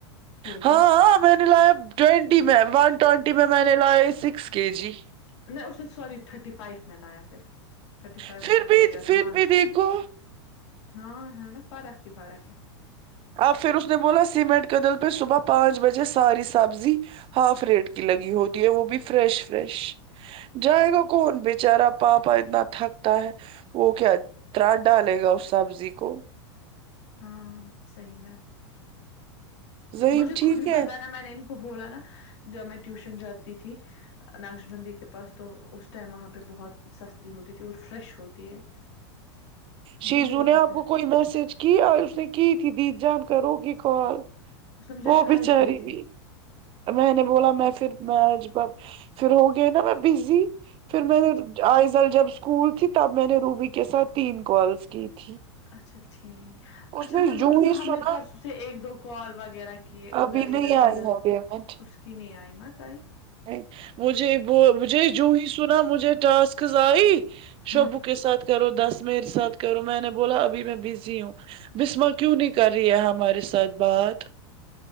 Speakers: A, on the left (about 70°); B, on the right (about 35°).
A: کے جی
B: ہاں ہاں میں نے لایا ٹوینٹی میں ون ٹوینٹی میں میں نے لاائے سکس کے جی
A: نہیں اس نے سوری تھرٹی فائیو میں لایا پھر تھرٹی فائیو
B: پھر
A: مہن
B: بھی
A: تھاار
B: پھر بھی دیکھو
A: ہاں ہے نا فرق ہی فرق ہے
B: اب پھر اس نے بولا سیمنٹ کدل پہ صبح پانچ بجے ساری سبزی ہاف ریٹ کی لگی ہوتی ہے وہ بھی فریش فریش جائے گا کون بیچ بچارا پاپا اتنا تھکتا ہے وہ کیا طر ڈالے گا اس سبزی کو
A: ہاں صحیح میں
B: ظہیم
A: مجھے
B: ٹھیک
A: خود بھی پتاہ ہے نا میں نے ان کو بولا نا جب میں ٹیوشن جاتی تھی نقش بندی کے پاس تو اس ٹائم وہاں پہ بہت سستی ہوتی تھی اور فریش ہوتی ہے
B: شیزو
A: مجھے بھی
B: نے
A: پتا
B: آپ
A: ہے
B: کو کوئی میسج کی اس نے کی تھی دی جان کروگی کال
A: اس نے مجھے
B: وہ
A: کال
B: بچاری
A: کی تھی
B: بھی میں نے بولا میں پھر میںج پھر ہو گئے نا میں بزی پھر میں نے آئزل جب اسکول تھی تب میں نے روبی کے ساتھ تین کالس کی تھی
A: اچھا ٹھیک
B: اس
A: اچھا
B: نے
A: مجھے بولو
B: ہی
A: جو ہم
B: سنا
A: نے پرسوں سے ایک دو کال وغیرہ کہ ادھر
B: ابھی نہیں
A: ادھر
B: آئی
A: سے ادھر
B: ہے پیمنٹ
A: اس کی ن آئیمت آئی
B: نہیں مجھے مجھے جو ہی سنا مجھے ٹاسکز آئی
A: ہاں
B: شب کے ساتھ کرو دس منٹ ساتھ کرو میں نے بولا ابھی میں بزی ہوں بسما کیوں نہیں کر رہی ہے ہمارے ساتھ بات